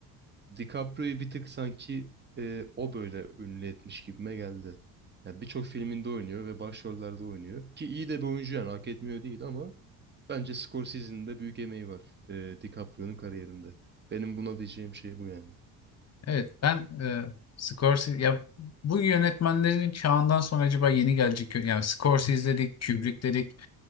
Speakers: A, on the right; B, on the left.
A: DiCaprio'yu bir tık sanki e, o böyle ünlü etmiş gibime geldi. Ya birçok filminde oynuyor ve başrollerde oynuyor. Ki iyi de bir oyuncu yani hak etmiyor değil ama bence Scorsese'nin de büyük emeği var e, DiCaprio'nun kariyerinde. Benim buna diyeceğim şey bu yani.
B: Evet ben e, Scorsese ya bu yönetmenlerin çağından sonra acaba yeni gelecek yani Scorsese dedik, Kubrick dedik.